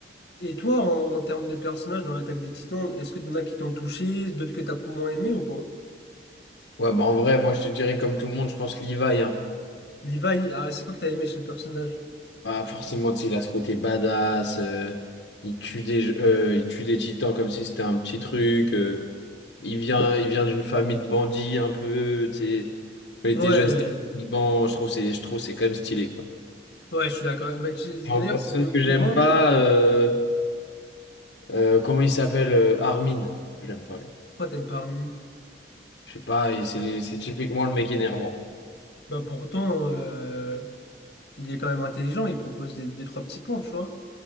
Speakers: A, on the left; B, on the left.
A: Et toi, en, en termes de personnages dans l'attaque des Titans, est-ce que t'en as qui t'ont touché, d'autres que t'as moins aimé ou pas?
B: Ouais, bah en vrai, moi, je te dirais comme tout le monde, je pense Levi, hein.
A: Levi, ah, c'est quoi que t'as aimé chez le personnage?
B: Bah, forcément, tu sais, il a ce côté badass, euh, il tue des, euh, il tue des titans comme si c'était un petit truc, euh, il vient, il vient d'une famille de bandits un peu, tu sais. Quand il
A: Ouais,
B: était jeune, c'était un Liban, je trouve c'est, je trouve c'est quand même stylé, quoi.
A: ouais, je suis d'accord. Bah, tu-
B: Et en
A: D'ailleurs,
B: personne
A: si t'es au
B: que
A: courant,
B: j'aime pas, euh, euh, comment il s'appelle, euh, Armin, je l'aime pas lui.
A: pourquoi t'aimes pas Armin?
B: Je sais pas, il- c'est c'est typiquement le mec énervant.
A: Bah pourtant, euh, il est quand même intelligent, il propose des, des trois petits plans, tu vois.